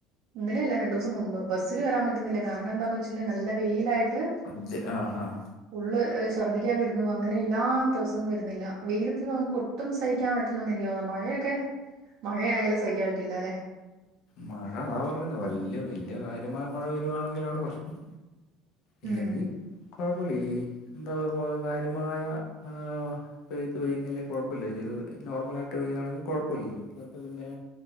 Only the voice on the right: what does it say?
ഇന്നലല്ല രണ്ടുസംമുമ്പ് ബസ്സില് വരാൻ പറ്റുന്നില്ല കാരണം എന്താന്ന് വെച്ചിണ്ടെ നല്ല വെയിലായിട്ട്
ഉള്ള് എഹ് ഛർദിക്കാൻ വരുന്നു അങ്ങനെ ഇല്ലാത്ത അസുഖം വരുന്നില്ല വെയിലത്ത് നമുക്ക് ഒ ഒട്ടും സഹിക്കാൻ പറ്റില്ലന്ന് എനിക്ക് തോന്നുന്നു മഴയൊക്കെ മഴയാലും സഹിക്കാൻ പറ്റില്ലാല്ലെ
ഉം